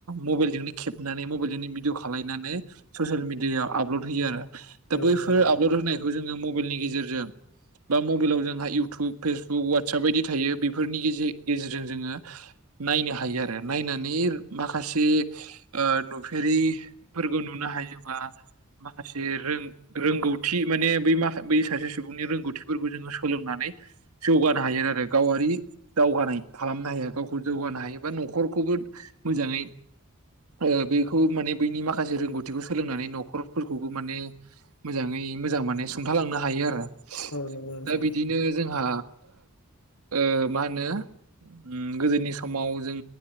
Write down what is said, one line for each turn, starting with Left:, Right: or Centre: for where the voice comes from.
Right: मबाइलजोंनो खेबनानै मबाइलजोंनो भिदिअ खालायनानै स'सियेल मिडियायाव आपलड होयो आरो दा
Left: औ
Right: बैफोर
Left: नंगौ नोंथां
Right: आपलड होनायखौ जोङो मबाइलनि गेजेरजों बा मबाइलाव जोंहा इउटुब फेसबुक वाटसाप बायदि थायो बेफोरनि गेजे- गेजेरजों जोङो नायनो हायो आरो नायनानै माखासे ओ नुफेरिफोरखौ नुना हायोबा। माखासे रों रोंगौथि माने बै माख बै सासे सुबुंनि रोंगौथिफोरखौ जोङो सोलोंनानै। जौगानो हायो आरो गावारि दावगानाय खालामनो हायो गावखौ जौगानो हायो बा न'खरखौबो। जोबोद मोजाङै ओ बेखौ माने बैनि माखासे रोंगौथिखौ सोलोंनानै न'खर। फोरखौबो माने मोजाङै मोजां माने सुंथालांनो हायो आरो।
Left: औ नंगौ नोंथां
Right: दा बिदिनो जोंहा ओ मा होनो। उ गोदोनि समाव जों